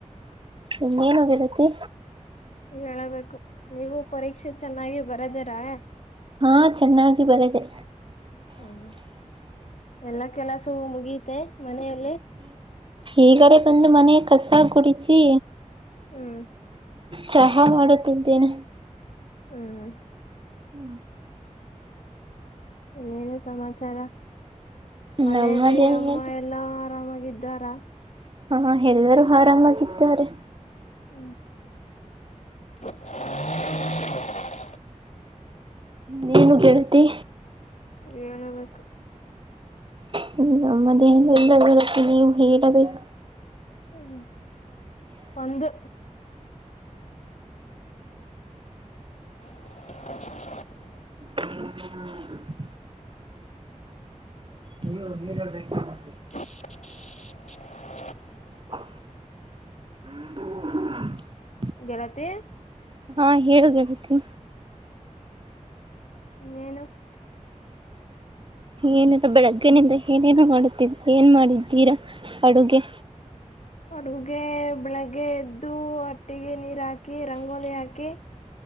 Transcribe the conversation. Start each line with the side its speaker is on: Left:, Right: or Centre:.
Right: ಇನ್ನೇನು ಗೆಳತಿ
Left: ಹೇಳಬೇಕು ನೀವು ಪರೀಕ್ಷೆ ಚೆನ್ನಾಗಿ ಬರದಿರಾ
Right: ಹಾ ಚೆನ್ನಾಗಿ ಬರೆದೆ
Left: ಹ್ಮ್ ಎಲ್ಲಾ ಕೆಲಸವೂ ಮುಗಿಯತೆೆ ಮನೆಯಲ್ಲಿ
Right: ಈಗಾರೇ ಬಂದು ಮನೆ ಕಸ ಗುಡಿಸಿ
Left: ಹ್ಮ್
Right: ಚಹಾ ಮಾಡುತ್ತಿದ್ದೇನೆ.
Left: ಹ್ಮ್ ಹ್ಮ್
Right: ಹ್ಮ <inaudible>
Left: ಇನ್ನೇನು ಸಮಾಚಾರ ಮನೆಯಲ್ಲಿ
Right: ನಮ್ಮದೆಲ್ಲ
Left: ಅಮ್ಮ ಎಲ್ಲಾ ಆರಾಮಾಗಿ ಇದ್ದಾರಾ.
Right: ಹಾ ಹೆಲ್ಲರೂ ಹಾರಾಮಾಗಿದ್ದಾರೆ.
Left: ಹ್ಮ್ <unintelligible>
Right: ನೀನು ಗೆಳ್ತಿ
Left: ಏನಬೇಕ.
Right: ಹ್ಮ ನಮ್ಮದೇನೂ ಇಲ್ಲ ಗೆಳತಿ ನೀವು ಹೇಳಬೇಕು.
Left: ಹ್ಮ್ ಒಂದು <unintelligible>
Right: <unintelligible> <inaudible>
Left: <unintelligible>
Right: <inaudible>
Left: ಗೆಳತಿ
Right: ಹಾ ಹೇಳು ಗೆಳತಿ.
Left: ಇನ್ನೇನು.
Right: ಏನಿಲ್ಲ ಬೆಳಗ್ಗೆನಿಂದ ಏನೇನು ಮಾಡುತ್ತಿದ್ದ ಏನ್ ಮಾಡಿದ್ದೀರಾ ಅಡುಗೆ.
Left: ಅಡುಗೆ ಬೆಳಗ್ಗೆ ಗೆ ಎದ್ದು ಹಟ್ಟಿಗೆ ನೀರ್ ಹಾಕಿ ರಂಗೋಲಿ ಹಾಕಿ.